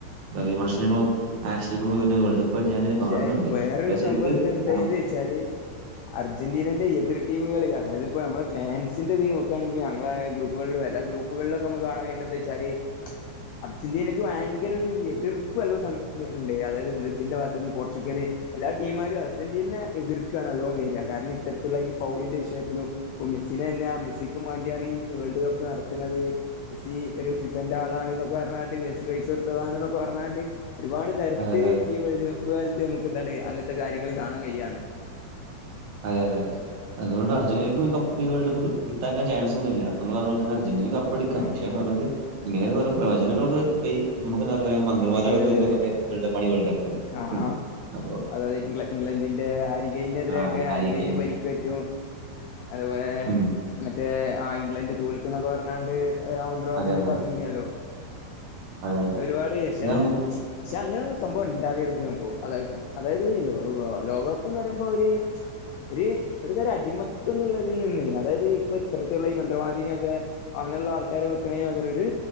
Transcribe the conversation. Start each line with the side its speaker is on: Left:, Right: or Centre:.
Right: വിമർശനങ്ങളും ആക്ഷേപങ്ങളും തന്നെ വേൾഡ് കപ്പായിട്ട് ഞാൻ ഇതിനെ
Left: ഷേ
Right: കാണുന്നുണ്ട്
Left: വേറരു
Right: അത് ശരിക്ക്
Left: സംഭവം എന്തണ്ടായത്
Right: ആ-
Left: വെച്ചാല് അർജന്റീനന്റെ എതിർ ടീമുകൾ അതായത് ഇപ്പോൾ നമ്മുടെ ഫാൻസിന്റെതയും നോ ക്കയാണെങ്ക ഞങ്ങള ഗ്രപ്പുകളിലും എല്ല ഗ്രൂപ്പ് മുകളിലൊക്കെ നമുക്ക് കാണാൻ കഴിയുന്താ വെച്ചാല് അർജന്റീനക്ക് ഭയങ്കര ഒരു എതിർപ്പ്ല്ലോ ഉണ്ട് അതായത് ബ്രസീലിന്റെ ഭാ ന്ന് പോർച്ചുഗല് എല്ലാ ടീമാരും അർജന്റീനെ എതിർക്കുകാണ്ണലോ വരിക കാരണം ഇത്തരത്തിലുള്ള ഈ ഫൗളിന്റെ വിഷയത്തിലും ഇപ്പൊ മെസ്സിനെ തന്നെ ആ മെസ്സിക്കും വേണ്ടിയാണ് ഈ വേൾഡ് കപ്പ് നടത്തുന്നത് മെസ്സി ഒരു ഫിഫന്റെ ആളാ എന്നൊക്കെ പറഞ്ഞാണ്ട് മെസ്സി പൈസ കൊടുത്തതാണ എന്നൊക്കെ പറഞ്ഞാണ്ട് ഒരുപാട് തരത്തില്
Right: അതെ
Left: ഈ വേൾഡ് കപ്പ് കാലത്ത് നമുക്ക് എന്താണ് അങ്ങനത്തെ കാര്യങ്ങൾ കാണാൻ കയ്യ
Right: അതെ അതെ അതുകൊണ്ട് അജന്റീനക്ക വേൾഡ കപ്പ് കിട്ടാൻ ചൻസ് ഒന്നില്ല ഇ പറഞ്ഞപൊല തന്ന അർജന്റീന ക ടിക്കാം
Left: ഉം
Right: പക്ഷ
Left: ഉം
Right: പറഞ്ഞത് ഇങ്ങനെ വേറെ പ്രവചനങ്ങൾ നമുക്ക് നിറവേയാ നിർമ്മാതകളൊക്കെവരുന്നത്
Left: അതെ അതെ അതെ
Right: എങ്കിൽ കപ്പ് വേൾഡ്
Left: ആഹ് ആഹ്
Right: അപ്പൊ
Left: അതായത് ഇ ഇഗളണ്ടിന്റെ ഹരികനെതിറൊക്കെ
Right: ആ ഹാരി
Left: ഹരീകന്
Right: കെയിൻ
Left: പരിക്ക പറ്റും അതുപോലെ
Right: ഉം.
Left: മറ്റേ ആ ഇംഗ്ലണ്ട് തോൽക്കുന്നൊക്കെ പറഞ്ഞാണ്ട് മന്ത്രിവാദിന
Right: അതെ അതെ
Left: പറഞ്ഞനില്ലോ
Right: അതെ
Left: ഒരുപാട് പക്ഷെ
Right: നമുക്ക്
Left: അങ്ങനെയൊന്നും സംഭവം ഉണ്ടാവേക്ക സംഭവം അത- അതായത് ലോക ലോകകപ്പ് എന്ന് പറയുമ്പോ ഒര്- ഒരു ഒരു തരം അടിമത്തം എന്നുള്ളതിൽ നിന്ന് അതായത് ഇപ്പൊ ഇത്തരത്തിലുള്ള ഈ മന്ത്രവാദിനിയൊക്കെ- അങ്ങനെയുള്ള ആൾക്കാരെ വെക്കണേന് പകരം ഒരു